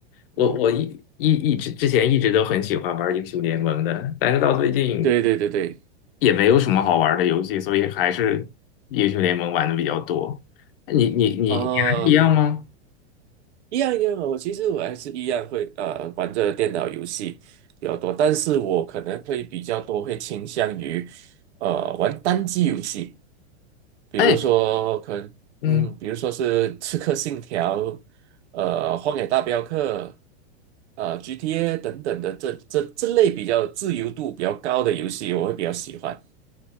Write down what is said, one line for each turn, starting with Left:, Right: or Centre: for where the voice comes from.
Left: 我我一一一直之前一直都很喜欢玩英雄联盟的，
Right: 嗯哼
Left: 但是到最近
Right: 对对对对，
Left: 也没有什么好玩的游戏，所以还是英雄联盟玩的比较多。你你你你还是一样吗？
Right: 呃，一样一样的，我其实我还是一样会呃玩着电脑游戏比较多，但是我可能会比较多会倾向于呃玩单机游戏。比如说可能嗯，
Left: 哎。嗯
Right: 比如说是《刺客信条》、呃，《荒野大镖客》、呃，GTA 等等的这这这类比较自由度比较高的游戏，我会比较喜欢。